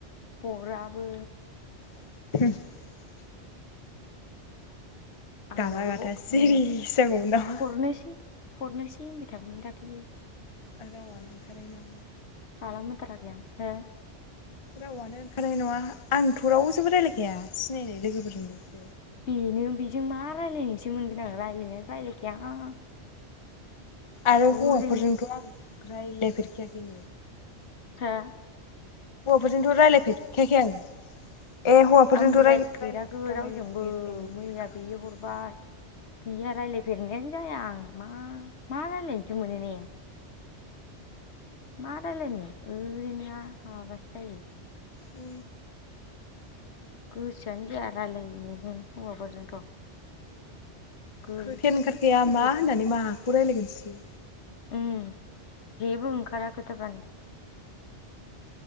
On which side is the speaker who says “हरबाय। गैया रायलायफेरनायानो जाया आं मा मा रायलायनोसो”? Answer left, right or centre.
Left